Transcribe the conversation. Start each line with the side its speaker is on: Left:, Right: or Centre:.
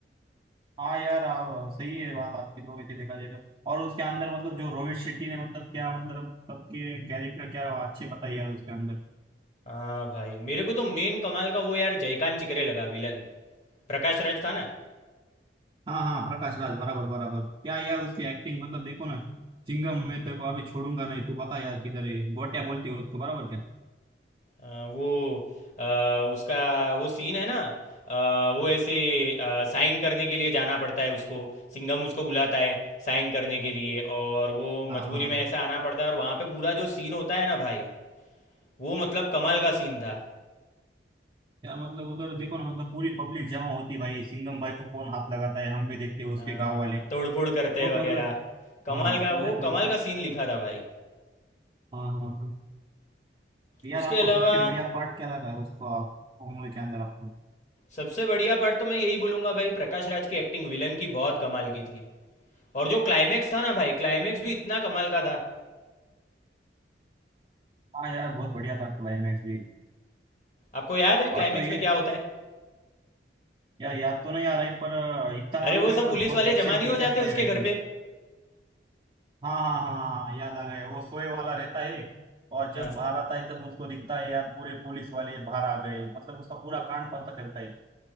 Right: हाँ यार आप- सही है बात आपकी तो वैसे देखा जाए तो और उसके अंदर मतलब जो रोहित शेट्टी ने मतलब क्या मतलब सबके कैरेक्टर क्या अच्छे बताए यार उसके अंदर
Left: हाँ भाई मेरे को तो मेन कमाल का वो यार जयकांत चिकरे लगा विलन प्रकाश राज था ना
Right: हाँ हाँ प्रकाश राज बराबर बराबर क्या यार उसकी एक्टिंग मतलब देखो ना चिंगम मैं तेरे को अभी छोड़ूंगा नहीं तू बता यार किधर है गोटिया बोलती है उसको बराबर क्या
Left: अ, वो अ, उसका वो सीन है ना अ, वो ऐसे साइन करने के लिए जाना पड़ता है उसको सिंघम उसको बुलाता है साइन करने के लिए और वो
Right: हाँ
Left: मजबूरी
Right: हाँ
Left: में ऐसा आना पड़ता है और वहाँ पे पूरा जो सीन होता है ना भाई वो मतलब कमाल का सीन था
Right: यार मतलब उधर देखो ना मतलब पूरी पब्लिक जमा होती है भाई सिंघम भाई को कौन हाथ लगाता है हम भी देखते हैं उसके
Left: हाँ
Right: गांव वाले
Left: हाँ तोड़फोड़ करते
Right: बहुत मतलब
Left: वगैरह कमाल
Right: हाँ
Left: का
Right: पूरे
Left: वो
Right: थोड़ा
Left: कमाल
Right: सा
Left: का सीन लिखा था भाई
Right: हाँ हाँ हाँ। यार
Left: उसके
Right: आपको
Left: अलावा
Right: सबसे बढ़िया पार्ट क्या लगा उसको मूवी के अंदर आपको
Left: सबसे बढ़िया पार्ट तो मैं यही बोलूंगा भाई प्रकाश राज की एक्टिंग विलन की बहुत कमाल की थी और जो क्लाइमैक्स था ना भाई क्लाइमैक्स भी इतना कमाल का था
Right: हाँ यार बहुत बढ़िया था क्लाइमैक्स भी
Left: आपको याद है
Right: और
Left: क्लाइमैक्स
Right: तो ये
Left: में क्या होता है
Right: यार याद तो नहीं आ रहा है पर अ, इतना मालूम
Left: अरे वो
Right: है
Left: सब
Right: पर
Left: पुलिस
Right: बहुत
Left: वाले
Right: एक्शन
Left: जमा नहीं
Right: थी
Left: हो
Right: क्या
Left: जाते
Right: क्लाइमैक्स
Left: उसके घर
Right: में
Left: पे
Right: हाँ हाँ हाँ हाँ, हाँ, याद आ गए वो सोए वाला रहता है और जब
Left: हाँ
Right: बाहर आता है तब उसको दिखता है यार पूरे पुलिस वाले बाहर आ गए मतलब उसका पूरा कांड पता चलता है